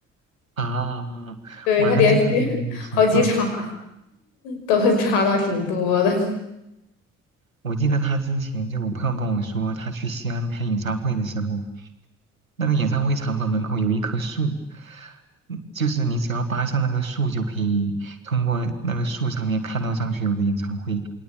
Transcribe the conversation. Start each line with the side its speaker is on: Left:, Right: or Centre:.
Right: 啊，
Left: <laughs> 对，
Right: 哇，
Left: 他连续好几场
Right: 那真的很有意思啊！
Left: 都抓到挺多的。
Right: 我记得他之前就我朋友跟我说，他去西安开演唱会的时候，那个演唱会场馆门口有一棵树，嗯就是你只要扒上那个树，就可以通过那个树上面看到张学友的演唱会。